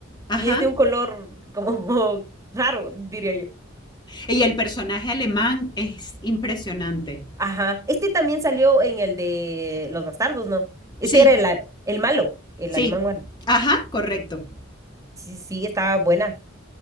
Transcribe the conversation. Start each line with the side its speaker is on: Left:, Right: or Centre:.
Left: Ajá.
Right: y es de un color como <laughs> raro, diría yo.
Left: Y el personaje alemán es impresionante.
Right: Ajá, este también salió en el de Los Bastardos, ¿no? Este
Left: Sí,
Right: era el, a- el malo, el
Left: sí.
Right: alemán malo.
Left: Ajá, correcto.
Right: Sí, sí, sí, estaba buena.